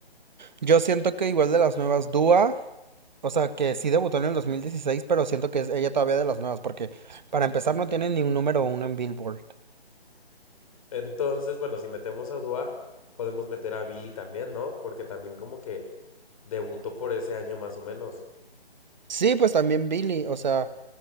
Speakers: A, on the right; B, on the left.
A: Yo siento que igual de las nuevas, Dua, o sea, que sí debutó en el 2016, pero siento que es ella todavía de las nuevas, porque para empezar no tiene ni un número uno en Billboard.
B: Entonces, bueno, si metemos a Dua, podemos meter a Billy también, ¿no? Porque también como que debutó por ese año más o menos.
A: Sí, pues también Billy, o sea,